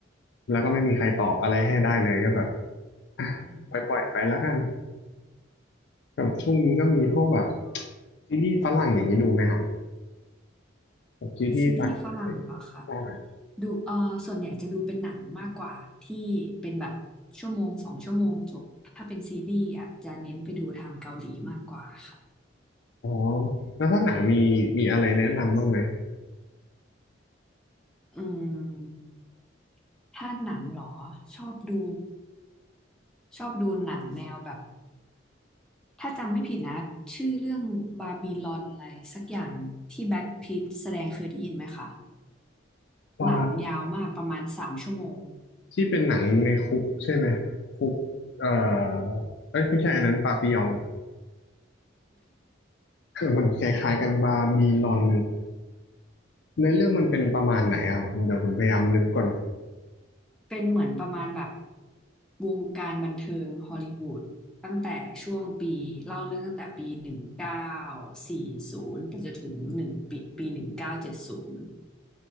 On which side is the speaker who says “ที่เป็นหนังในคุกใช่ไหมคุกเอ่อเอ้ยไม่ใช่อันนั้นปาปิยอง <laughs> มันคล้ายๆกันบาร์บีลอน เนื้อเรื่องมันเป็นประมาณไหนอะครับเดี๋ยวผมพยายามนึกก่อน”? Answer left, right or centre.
Left